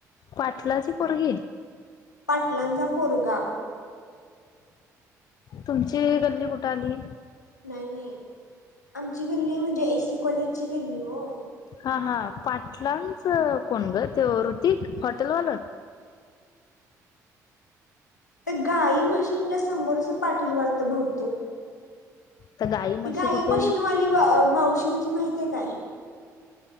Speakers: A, on the left; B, on the left.
A: पाटलाची पोरगी.
B: पाटलांचा पोरगा.
A: तुमची गल्ली कुठं आली.
B: नाही नाही आमची गल्ली म्हणजे एसी कॉलेजची गल्ली ओ
A: हा हा पाटलांच कोण ग ते ऋतिक हॉटेलवालं
B: ते गाई म्हशींच्या समोरच पाटील वाढत बहुतेक
A: तर म्हशी
B: ती गाई
A: कुठे
B: म्हशीनवाली माव मावशी होती माहितीे काय